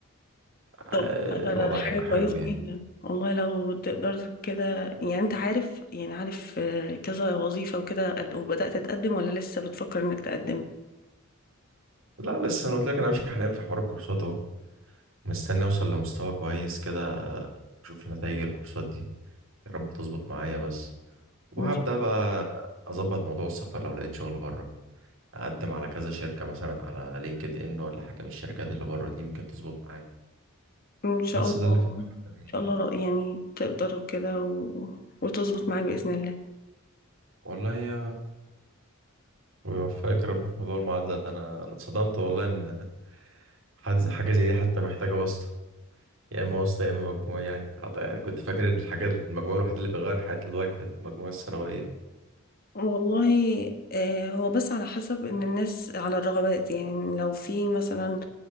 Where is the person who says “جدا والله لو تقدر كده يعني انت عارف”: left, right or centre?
Left